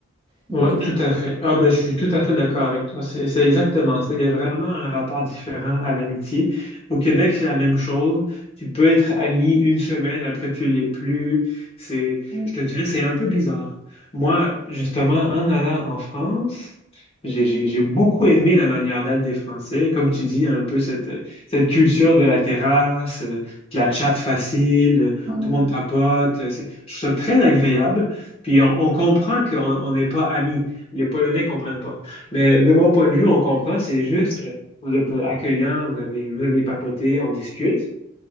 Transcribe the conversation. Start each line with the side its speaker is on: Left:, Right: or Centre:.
Right: Mais
Left: Oui,
Right: bon.
Left: tout à fait. Ah ben, je suis tout à fait d'accord avec toi. C'est, c'est exactement ça. Il y a vraiment un rapport différent à l'amitié. Au Québec, c'est la même chose. Tu peux être ami une semaine, après tu l'es plus. C'est,
Right: Mhm,
Left: je te dirais, c'est un peu bizarre. Moi, justement, en allant en France, j'ai,
Right: mhm,
Left: j'ai, j'ai beaucoup aimé la manière d'être des Français. Comme tu dis, un peu cette, cette culture de la terrasse, euh, de la chatte facile, euh,
Right: mhm,
Left: tout le monde papote. C'est, je trouve ça très agréable. Puis on, on comprend qu'on on n'est pas amis. Les Polonais comprennent pas. Mais de mon point de vue, on comprend. C'est juste, euh, vous êtes accueillant, vous avez, vous venez papoter, on discute.